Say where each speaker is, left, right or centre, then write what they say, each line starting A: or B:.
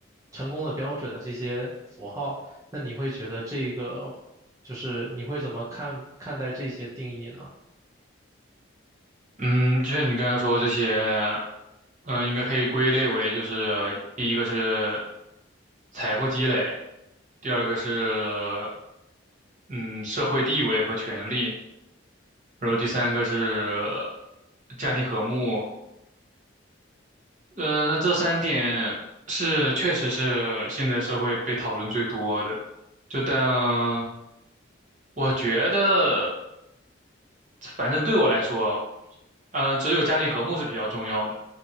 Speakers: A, on the right; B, on the right.
A: 成功的标准的这些符号，那你会觉得这个就是你会怎么看看待这些定义呢？
B: 嗯，就像你刚才说这些，嗯，应该可以归类为就是第一个是财富积累，第二个是嗯社会地位和权利，然后第三个是家庭和睦，呃，那这三点是确实是现在社会被讨论最多的。就但我觉得，反正对我来说，嗯、只有家庭和睦是比较重要的。